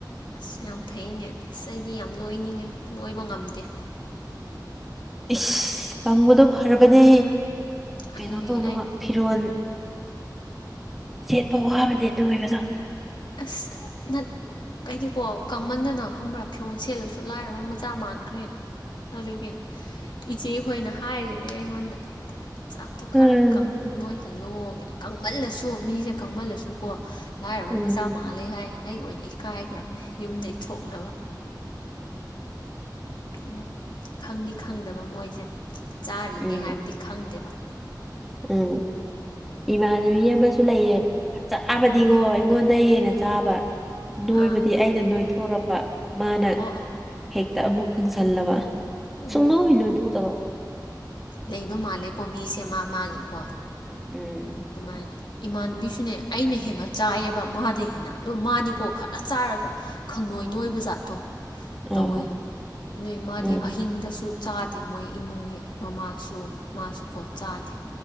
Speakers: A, on the left; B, in the centre.
A: ꯑꯁ ꯌꯥꯝ ꯐꯩꯅꯦ ꯑꯁ ꯑꯩꯗꯤ ꯌꯥꯝ ꯅꯣꯏꯅꯤꯡꯉꯦ ꯅꯣꯏꯕ ꯉꯝꯗꯦ
B: ꯏꯁ ꯀꯪꯕꯗꯣ ꯐꯔꯕꯅꯦ ꯀꯩꯅꯣ
A: ꯑꯩ
B: ꯇꯧꯅꯕ
A: ꯑꯩ
B: ꯐꯤꯔꯣꯜ ꯁꯦꯠꯄ ꯋꯥꯕꯅꯦ ꯑꯗꯨ ꯑꯣꯏꯕꯗꯣ
A: ꯑꯁ ꯅꯠ ꯑꯩꯗꯤꯀꯣ ꯀꯪꯃꯟꯗꯅ ꯈꯪꯕ꯭ꯔꯥ ꯐꯤꯔꯣꯜ ꯁꯦꯠꯂꯁꯨ ꯂꯥꯏꯔꯕ ꯃꯆꯥ ꯃꯥꯟꯈ꯭ꯔꯦ ꯑꯗꯨꯒꯤ ꯏꯆꯦꯈꯣꯏꯅ ꯍꯥꯏꯔꯤꯅꯦ ꯑꯩꯉꯣꯟꯗ ꯆꯥꯛꯇꯣ ꯈꯔ
B: ꯎꯝ
A: ꯅꯣꯏꯍꯜꯂꯣ ꯀꯪꯃꯜꯂꯁꯨ ꯃꯤꯁꯦ ꯀꯪꯃꯜꯂꯁꯨꯀꯣ ꯂꯥꯏꯔ ꯂꯥꯏꯔꯕ
B: ꯎꯝ
A: ꯃꯆꯥ ꯃꯥꯜꯂꯦ ꯍꯥꯏ ꯑꯩ ꯑꯣꯏꯅ ꯏꯀꯥꯏꯈ꯭ꯔꯕꯅꯦ ꯌꯨꯝꯗꯒꯤ ꯊꯣꯛꯅꯕ ꯑ ꯎꯝ ꯈꯪꯗꯤ ꯈꯪꯗꯕ ꯃꯣꯏꯁꯦ ꯆꯥꯔꯤꯅꯦ
B: ꯎꯝ
A: ꯍꯥꯏꯕꯗꯤ ꯈꯪꯗꯦꯕ
B: ꯎꯝ ꯏꯃꯥꯟꯅꯕꯤ ꯑꯃꯁꯨ ꯂꯩꯌꯦ ꯆꯥꯕꯗꯤꯀꯣ
A: ꯎꯝ
B: ꯑꯩꯉꯣꯟꯗꯩ ꯍꯦꯟꯅ ꯆꯥꯕ ꯅꯣꯏꯕꯗꯤ
A: ꯑꯥ
B: ꯑꯩꯅ ꯅꯣꯏꯊꯣꯔꯛꯄ ꯃꯥꯅ
A: ꯑꯣ
B: ꯍꯦꯛꯇ ꯑꯃꯨꯛ ꯀꯪꯁꯜꯂꯕ
A: ꯑꯣ
B: ꯁꯨꯛ ꯅꯣꯏ ꯅꯣꯏꯊꯣꯛꯇꯕ
A: ꯂꯩꯕ ꯃꯥꯜꯂꯦꯀꯣ ꯃꯤꯁꯦ ꯃꯥ ꯃꯥꯒꯤꯀꯣ
B: ꯎꯝ꯫
A: ꯑꯗꯨꯃꯥꯏꯅ꯫ ꯏꯃꯥꯟꯅꯕꯤꯁꯨꯅꯦ ꯑꯩꯅ ꯍꯦꯟꯅ ꯆꯥꯏꯑꯦꯕ ꯃꯥꯗ ꯍꯦꯟꯅ ꯑꯗꯨ ꯃꯥꯅꯤꯀꯣ ꯈꯔ ꯆꯥꯔꯒ ꯈꯪꯅꯣꯏ ꯅꯣꯏꯕ ꯖꯥꯠꯇꯣ
B: ꯑ ꯎꯝ
A: ꯇꯧꯋꯦ ꯑꯗꯨꯏ ꯃꯥꯗꯤ
B: ꯎꯝ
A: ꯑꯍꯤꯡꯗꯁꯨ ꯆꯥꯗꯦ ꯃꯣꯏ ꯏꯃꯨꯡꯗꯤ ꯃꯃꯥꯁꯨ ꯃꯥꯁꯨꯀꯣ ꯆꯥꯗꯦ꯫